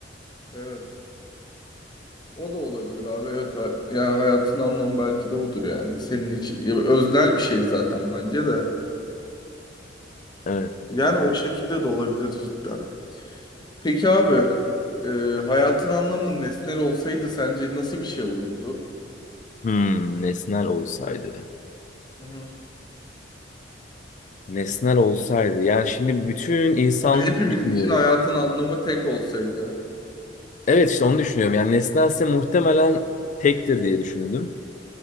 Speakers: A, on the left; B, on the left.
A: Evet. O da olabilir abi. Evet ha- yani hayatın anlamı belki de odur yani. Senin için ya öznel bir şey zaten bence de.
B: Evet.
A: Yani o şekilde de olabilir cidden. Peki abi, e, hayatın anlamı nesnel olsaydı sence nasıl bir şey olurdu?
B: Hmm, nesnel olsaydı.
A: Hı hı.
B: Nesnel olsaydı. Yani şimdi bütün insanlığı
A: Yani hepimiz
B: düşünüyorum.
A: için hayatın anlamı tek olsaydı.
B: Evet işte onu düşünüyorum. Yani nesnelse muhtemelen
A: Ha?
B: tektir diye düşündüm.